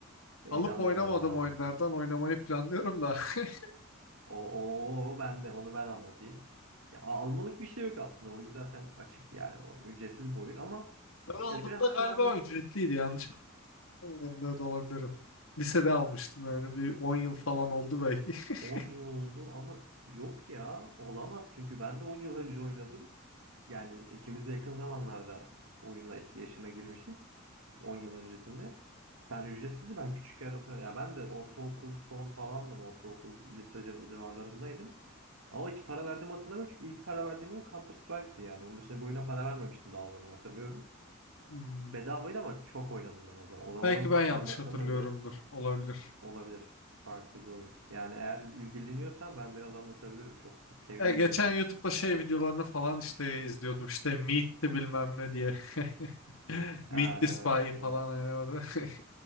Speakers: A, on the right; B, on the left.
A: Beni
B: Alıp
A: can
B: oynamadım
A: damarımdan
B: oyunlardan.
A: vurdun.
B: Oynamayı planlıyorum da. <laughs>
A: O, o, ben de onu ben anlatayım. Ya, a- almalık bir şey yok aslında. Oyun zaten açık yani. O, ücretsiz bir oyun ama
B: Ben aldığımda
A: ya biraz
B: galiba
A: şu anın
B: ücretliydi yanlış Yanında da olabilirim. Lisede almıştım yani bir on yıl falan oldu belki.
A: 10
B: <laughs>
A: yıl oldu ama yok ya olamaz çünkü ben de 10 yıl önce oynadım. Yani ikimiz de yakın zamanlarda oyunla etkileşime girmişiz. 10 yıl öncesinde. Ben ücretsizdi ben küçükken o kadar. Ya ben de ortaokul son falandım. Ortaokul lise civ- civarlarındaydım. Ama hiç para verdiğimi hatırlamıyorum çünkü ilk para verdiğim oyun Counter Strike'tı yani. Onun dışında bir oyuna para vermemiştim daha o zaman hatırlıyorum.
B: Hmm.
A: Bedavaydı ama çok oynadım ben o zaman. O zamanın
B: Belki ben
A: standartlarına
B: yanlış hatırlıyorumdur.
A: göre
B: Olabilir.
A: Olabilir. Farklı bir oyun. Yani eğer ilgileniyorsan ben biraz anlatabilirim. Çok sevdiğim
B: Ya geçen
A: bir oyundur.
B: YouTube'da
A: Çok.
B: şey videolarını falan işte izliyordum. İşte Meet the bilmem ne diye. <laughs>
A: Ha,
B: Meet the
A: evet,
B: Spy
A: evet.
B: falan hani orada. <laughs>